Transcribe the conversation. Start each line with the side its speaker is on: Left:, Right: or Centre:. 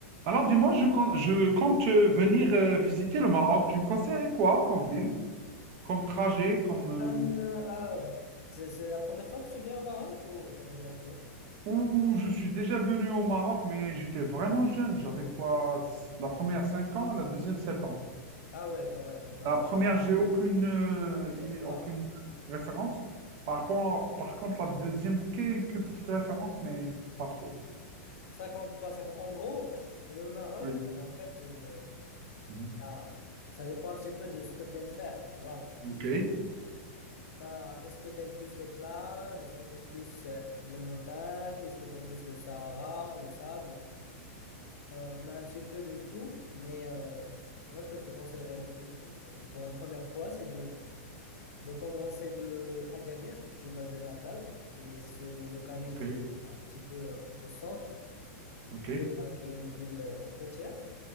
Right: Alors dis-moi, je compte, je compte euh, venir euh, visiter le Maroc. Tu me conseillerais quoi comme ville, comme trajet, comme... euh,
Left: Euh, alors, c'est c'est la première fois que tu viens au Maroc ou t'as déjà été?
Right: où je suis déjà venu au Maroc, mais j'étais vraiment jeune. J'avais quoi? s- La première 5 ans, la deuxième 7 ans.
Left: Ah ouais, quand même. Non,
Right: La
Left: non,
Right: première,
Left: non.
Right: j'ai aucune, euh,
Left: ça compte
Right: i- aucune
Left: pas.
Right: référence. Par rapport, par contre, la deuxième, quelques petites références, mais pas trop. quoi.
Left: Ça compte pas. ça compte- En gros, le Maroc,
Right: Oui.
Left: en fait, euh,
Right: Mhm.
Left: ah, ça dépend un petit peu de ce que t'aimes faire, tu vois.
Right: Ok,
Left: T'as- Est-ce que t'aimes plus les plages? Est-ce que t'aimes plus euh, les montagnes? Est-ce que t'aimes plus le Sahara, le sable? On, on a un petit peu de tout, mais euh, moi, ce que je te conseillerais le plus, pour une première fois, c'est de De commencer de Agadir, qui est ma ville natale, qui se localise
Right: ok,
Left: un petit peu au centre
Right: ok.
Left: et euh, qui est une ville euh, côtière.